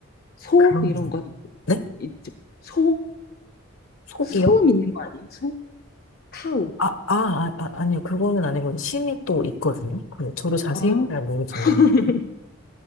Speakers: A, on the left; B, on the left.
A: 소
B: 그런,
A: 이런
B: 분-
A: 거
B: 네?
A: 있죠. 소?
B: 속이요?
A: 소 믿는 거 아니에요? 소? 카우.
B: 아, 아, 아, 아, 아니요. 그거는 아니고 신이 또 있거든요. 그 저도 자세히
A: 아,
B: 잘 모르지만.
A: <laughs>